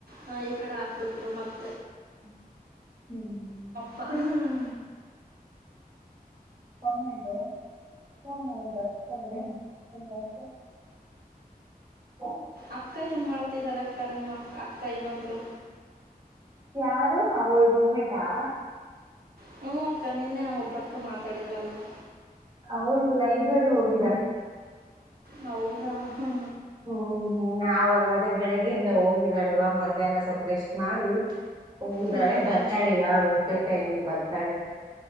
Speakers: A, on the right; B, on the right.
A: ಹಾ ಈ ಕಡೆ ಹಾಕ್ಬಿಟ್ರು ಮತ್
B: ಹ್ಮ್
A: ಪ ಹಾಂ
B: <unintelligible> ಹಂಗೆ ಹಿಂಗಾಯ್ತು. <unintelligible>
A: ಅಕ್ಕ ಏನ್ ಮಾಡ್ತಿದಾರಕ್ಕಾ ನಿಮ್ಮ ಅಕ್ಕ ಇನ್ನೊಬ್ರು.
B: ಯಾರು ಅವಳು ರೂಮ್ಮೇಟಾ.
A: ಹೂಂ ಅಕ್ಕ ನಿನ್ನೆ ಒಬ್ರಕ್ಕ ಮಾತಾಡಿದ್ರಲ್ವಾ.
B: ಅವಳು ಲೈಬ್ರರಿ ಹೋಗಿದಾಳೆ.
A: ಹೌದಾ ಹ
B: ಹ್ಮ್ ಹ್ಮ್ ನಾವು ಅದೇ ಬೆಳಗ್ಗೆಯಿಂದ ಹೋಗಿದ್ದಾಳೆ ಇವಾಗ ಮಧ್ಯಾಹ್ನ ಸ್ವಲ್ಪ ರೆಷ್ಟ್ ಮಾಡಿ ಹೋಗಿದಾಳೆ
A: ಹಾಂ
B: ಬರ್ತಾಳೆ ಇವಾಗ ಊಟದ್ ಟೈಮ್ ಗೆ ಬರ್ತಾಳೆ.